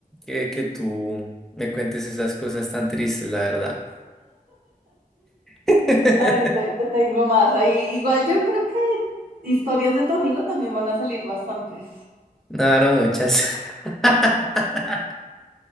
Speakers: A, in the centre; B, on the right.
A: que, que tú me cuentes esas cosas tan tristes, la verdad. <laughs>
B: No, <laughs> y te- te tengo más ahí. Igual yo creo que historias de tu amigo también van a salir bastantes.
A: No, no muchas. <laughs>